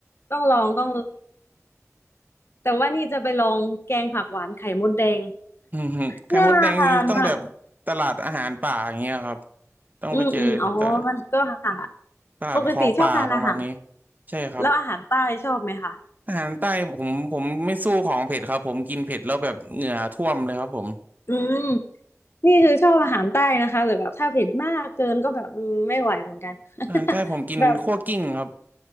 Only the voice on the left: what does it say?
ต้องลองต้องลองแต่ว่านี่จะไปลองแกงผักหวานไข่มดแดง
<laughs> น่าทานมาก
อืมอืมอ๋อมันก็หา
ปกติชอบทานอาหาร
แล้วอาหารใต้ชอบไหมคะ
อืมนี่คือชอบอาหารใต้นะคะแต่แบบถ้าเผ็ดมากเกินก็แบบอืมไม่ไหวเหมือนกัน
<laughs> แบบ